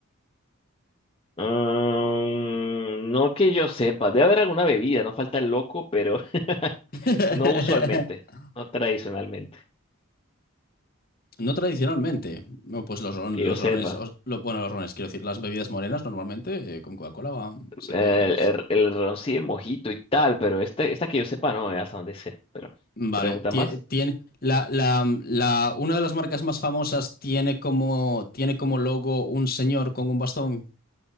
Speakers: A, on the left; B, on the left.
A: Ah, no que yo sepa, debe haber alguna bebida, no falta el loco, pero <laughs>
B: <laughs>
A: no usualmente, no tradicionalmente,
B: No tradicionalmente. No, pues los, ron-
A: que
B: los
A: yo sepa.
B: rones, os- lo- bueno, los rones, quiero decir, las bebidas morenas normalmente eh, con Coca-Cola van- se
A: Eh,
B: pega.
A: el, el ron sí, el mojito y tal, pero este, esta que yo sepa no, eh, hasta donde sé. Pero,
B: Vale,
A: ¿pregunta
B: tie-
A: más?
B: tiene la, la, la- una de las marcas más famosas tiene como tiene como logo un señor con un bastón.